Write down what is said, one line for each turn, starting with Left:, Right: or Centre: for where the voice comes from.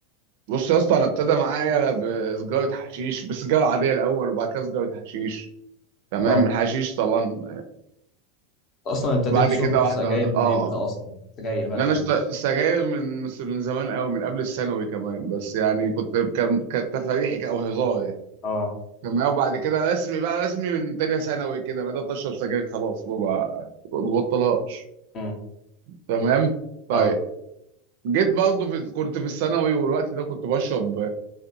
Right: بص يا اسطى انا ابتدى معايا بسجاره حشيش بسجاره عاديه الاول وبعد كده سجاره حشيش تمام
Left: اه انت
Right: الحشيش طبعا
Left: اصلا ابتديت
Right: بعد
Left: شرب
Right: كده واحده
Left: السجاير
Right: واحده
Left: من
Right: اه
Left: امتى اصلا سجاير بقى
Right: لا
Left: من
Right: انا
Left: امتى
Right: اشت- سجاير من من زمان قوي من قبل الثانوي كمان بس يعني كنت كان كانت تفاريحي او هزار يعني
Left: اه
Right: تمام وبعد كده رسمي بقى رسمي من تانية ثانوي كده بدات اشرب سجاير خلاص ما بقى- ما ببطلهاش
Left: امم
Right: تمام طيب
Left: اه
Right: جيت برضه في كنت في الثانوي والوقت ده كنت بشرب